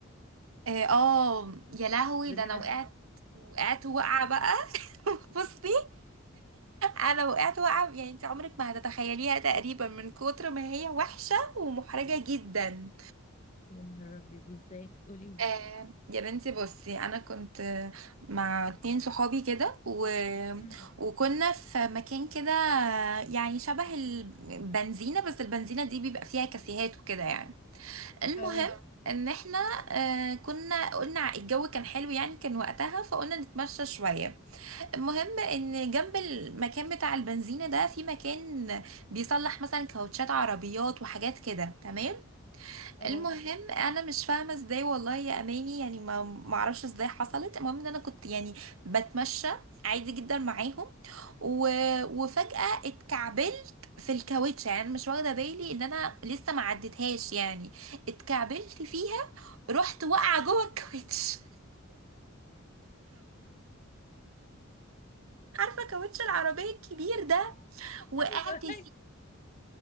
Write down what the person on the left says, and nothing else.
بجد
يا نهار أبيض إزاي تقولي لي
مم.
اه
أه
أيوه